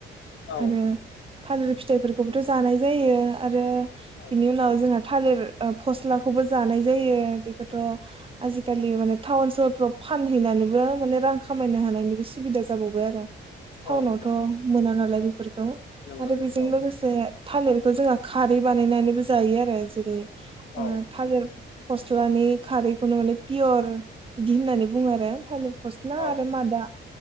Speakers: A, on the left; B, on the right.
A: औ
B: आरो थालिर फिथाइफोरखौबोथ' जानाय जायो आरो
A: औ
B: बिनि उनाव जोंहा थालिर ओ फस्लाखौबो जानाय जायो बेखोथ' आजिखालि माने टाउन सहरफ्राव फानहैनानैबो माने रां खामायनो हानायनिबो सुबिदा जाबावबाय आरो टाउनावथ'
A: औ नंगौ
B: मोना नालाय बे खौ
A: नंगौ
B: आरो बेजों
A: औ
B: लोगोसे थालिरखौ जोंहा खारै बानायनानैबो जायो आरो जेरै ओ
A: औ
B: थालेर फस्लानि खारैखौनो माने पियर इदि होननानै बुङो आरो थालिर फस्ला
A: औ
B: आरो मादा